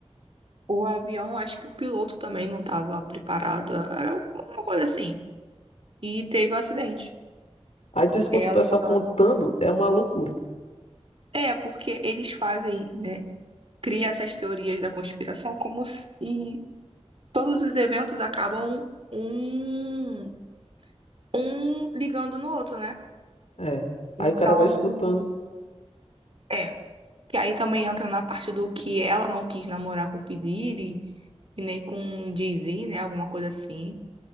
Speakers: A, on the right; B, on the left.
A: o avião, acho que o piloto também não estava preparado. Era uma coisa assim. E teve o acidente.
B: Aí tu escuta
A: Ela.
B: o pessoal contando, é uma loucura.
A: É, porque eles fazem, né? Cria essas teorias da conspiração como se e todos os eventos acabam um, um ligando no outro, né?
B: É. Aí
A: Então,
B: o cara vai escutando.
A: é. Que aí também entra na parte do que ela não quis namorar com o Pediri e nem com o Jay-Z, né? Alguma coisa assim.